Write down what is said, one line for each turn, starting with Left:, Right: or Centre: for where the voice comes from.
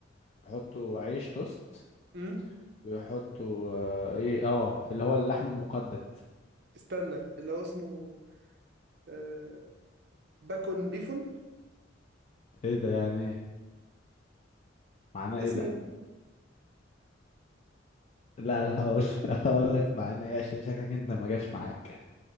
Left: بيحطوا عيش توست
Right: امم
Left: بيحطوا آه، ايه اه اللي هو اللحم المقدد
Right: استنى اللي هو اسمه آه باكون بيفون
Left: ايه ده يعني ايه معناه
Right: اسمه
Left: ايه ده لا انا هقول <laughs> هقول لك معناه ايه عشان شكلك انت ما جاش معاك